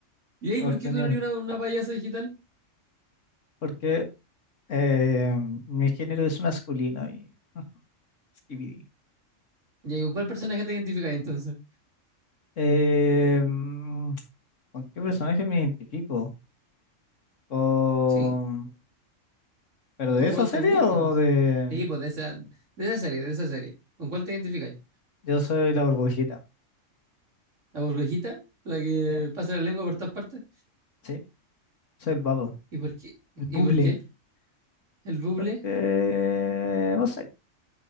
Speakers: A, on the right; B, on the left.
A: ¿Y ahí
B: Oportunidad
A: por qué tú no eres
B: perdida.
A: una, una payasa digital?
B: Porque eh, mi género es masculino y. <laughs> skibidi.
A: ¿Y ahí con cuál personaje te identificas entonces?
B: Eh, mm, ¿con qué personaje me identifico? Con-
A: Sí.
B: ¿Pero de
A: ¿A
B: esa
A: cuál
B: serie
A: te gusta?
B: o
A: No sé.
B: de.?
A: Sí, pues de esa, de esa serie, de esa serie. ¿Con cuál te identificáis?
B: Yo soy la burbujita.
A: ¿La burbejita? ¿La que
B: Sí,
A: pasa la lengua por todas partes?
B: sí. Soy el babo.
A: ¿Y por qué? ¿Y
B: El buble.
A: por qué? ¿El buble?
B: Porque. No sé.